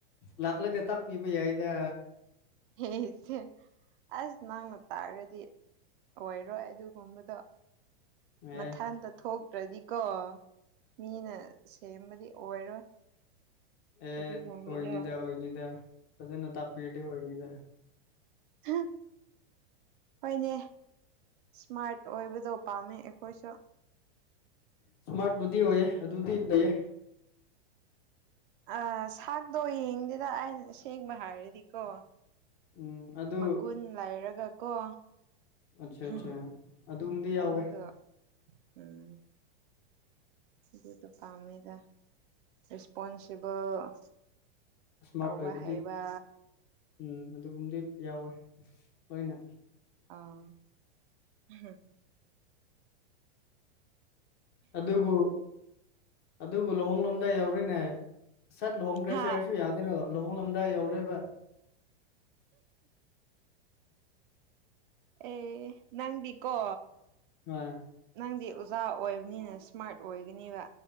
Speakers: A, on the left (about 30°); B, on the right (about 55°).
A: ꯂꯥꯛꯂꯒ ꯇꯥꯛꯄꯤꯕ ꯌꯥꯏꯗ
B: ꯍꯆꯦ ꯑꯁ ꯅꯪꯅ ꯇꯥꯔꯒꯗꯤ ꯑꯣꯏꯔꯣꯏ ꯑꯗꯨꯒꯨꯝꯕꯗꯣ
A: ꯑꯦ
B: ꯃꯊꯇ ꯊꯣꯛ ꯠꯇ꯭ꯔꯗꯤꯀꯣ ꯃꯤꯅ ꯁꯦꯝꯕꯗꯤ ꯑꯣꯏꯔꯣꯏ
A: ꯑꯦ
B: ꯑꯗꯨꯒꯨꯝꯕꯗꯣ
A: ꯑꯣꯏꯣꯏꯅꯤꯗ ꯑꯣꯏꯣꯏꯅꯤꯗ ꯐꯖꯅ ꯇꯥꯄꯤ ꯑꯣꯏꯣꯏꯅꯤꯗ
B: ꯍ ꯍꯣꯏꯅꯦ ꯏꯁꯃꯥꯔꯠ ꯑꯣꯏꯕꯗꯣ ꯄꯥꯝꯃꯦ ꯑꯩꯈꯣꯏꯁꯨ
A: ꯏꯁꯃꯥꯔꯠꯕꯨꯗꯤ ꯑꯣꯏꯌꯦ ꯑꯗꯨꯗꯤ ꯂꯩꯌꯦ
B: ꯑ ꯁꯥꯛꯇꯣ ꯌꯦꯡꯗꯦꯗ ꯑꯩꯅ ꯁꯦꯡꯕ ꯍꯥꯏꯔꯗꯤꯀꯣ
A: ꯎꯝ ꯑꯗꯨ
B: ꯃꯒꯨꯟ ꯂꯩꯥꯏꯔꯒ ꯀꯣ
A: ꯑꯠꯆꯥ ꯑꯠꯆꯥ
B: ꯝ
A: ꯑꯗꯨꯒꯨꯝꯕꯗꯤ ꯌꯥꯎꯋꯦ
B: ꯑꯗꯨꯗꯣ ꯎꯝ ꯑꯗꯨꯗꯣ ꯄꯥꯝꯃꯤꯗ ꯔꯦꯁꯄꯣꯟꯁꯤꯕꯜ
A: ꯏꯁꯃꯥꯔꯠ
B: ꯇꯥꯎꯕ
A: ꯑꯣꯏꯕꯗꯤ
B: ꯍꯥꯏꯕ
A: ꯎꯝ ꯑꯗꯨꯒꯨꯝꯕꯗꯤ ꯌꯥꯎꯋꯦ ꯂꯣꯏꯅ
B: ꯑ <unintelligible>
A: ꯑꯗꯨꯕꯨ ꯑꯗꯨꯕꯨ ꯂꯨꯍꯣꯡꯡꯂꯣꯝꯗ ꯌꯧꯔꯣꯏꯅꯦ ꯁꯠ ꯂꯨꯍꯣꯡꯒ꯭ꯔꯁꯦ
B: ꯍꯥ
A: ꯍꯥꯏꯔꯁꯨ ꯌꯥꯗꯦꯔꯣ ꯂꯨꯍꯣꯡꯡꯂꯣꯝꯗ ꯀꯗꯥꯏ ꯌꯥꯎꯔꯕ
B: ꯑꯦ ꯅꯪꯗꯤꯀꯣ
A: ꯍꯣꯏ
B: ꯅꯪꯗꯤ ꯑꯣꯖꯥ ꯑꯣꯏꯕꯅꯤꯅ ꯏꯁꯃꯥꯔꯠ ꯑꯣꯏꯒꯅꯦꯕ